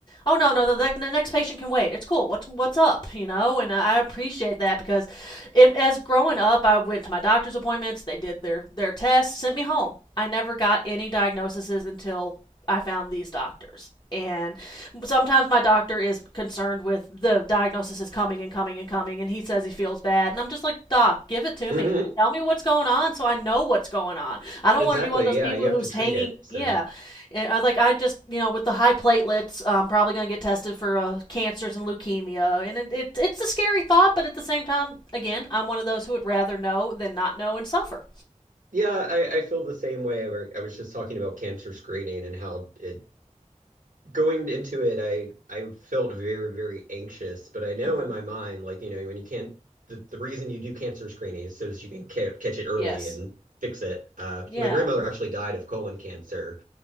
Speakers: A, on the left (about 35°); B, on the right (about 80°).
A: Oh no, no, the, the next patient can wait. It's cool. What's what's up? You know, and I appreciate that because, it, as growing up, I went to my doctor's appointments. They did their their tests, sent me home. I never got any diagnoses until I found these doctors. And sometimes my doctor is concerned with the diagnosis is coming and coming and coming, and he says he feels bad, and I'm just like, Doc, give it to
B: Mhm.
A: me. Tell me what's going on so I know what's going on. I don't
B: Exactly.
A: want to be one of those
B: Yeah,
A: people
B: you have
A: who's
B: to treat
A: hanging.
B: it. So,
A: Yeah. And I, like, I just, you know, with the high platelets, I'm probably going to get tested for uh, cancers and leukemia. And it, it, it's a scary thought, but at the same time, again, I'm one of those who would rather know than not know and suffer.
B: yeah, I, I feel the same way. Where I was just talking about cancer screening and how it going into it, I I felt very, very anxious, but I know
A: hmm
B: in my mind, like, you know, when you can't the, the reason you do cancer screening is so that you can ca catch it early
A: Yes.
B: and fix it. Uh,
A: Yeah.
B: so my grandmother actually died of colon cancer,